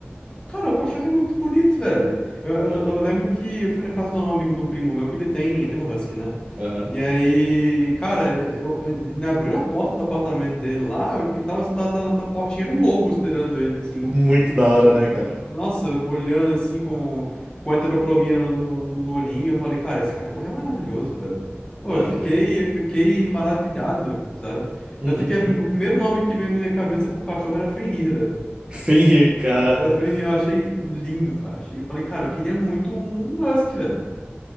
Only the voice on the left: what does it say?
Cara, o cachorro é muito bonito, velho. Eu, eu-
eu
lembro que eu fui na casa de um amigo de um primo meu que ele tem, tem um husky, né?
E aí, cara, eu, ele abriu a porta do apartamento dele lá, quem tava sentado na, na portinha era um lobo esperando ele, assim.
Com,
nossa, olhando assim com, com heterocromia no, no, no olhinho. Eu falei, cara, esse cachorro é maravilhoso, velho.
Pô, eu fiquei,
eu fiquei maravilhado, sabe?
Tanto que a- o
primeiro nome que veio na minha cabeça pro cachorro era Fenrir, velho.
Elefante em Rio, eu achei lindo, cara. Achei, eu falei, cara, eu queria muito um husky, velho.